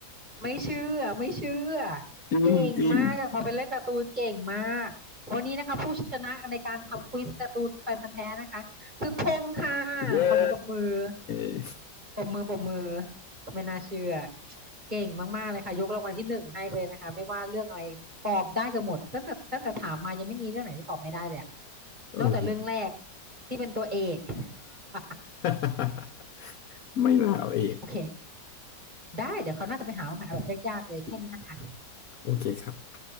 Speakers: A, on the right; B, on the left.
A: ไม่เชื่อไม่เชื่อ
B: ๆจริงจริง
A: เก่งมากอะพอไปเล่นการ์ตูนเก่งมากวันนี้นะคะผู้ชนะในการทำควิสการ์ตูนแฟนพันธุ์แท้นะคะคือพงษ์ค่ะ
B: เย้
A: ขอเสียงปรบมือ
B: <laughs>
A: ปรบมือปรบมือไม่น่าเชื่อเก่งมากๆเลยค่ะยกรางวัลที่หนึ่งให้ไปเลยนะคะไม่ว่าเรื่องอะไรตอบได้เกือบหมดตั้งแต่ตั้งแต่ถามมายังไม่มีเรื่องไหนที่ตอบไม่ได้เลยอะ
B: เออ
A: นอกจากเรื่องแรกที่เป็นตัวเอก <laughs>
B: <laughs> ไม่มาเอาเอง
A: โอเค ได้เดี๋ยวเขาวหน่าจะไปหามาใหม่เอาแบบยากๆเลยแค่นี้นะคะ
B: โอเคครับ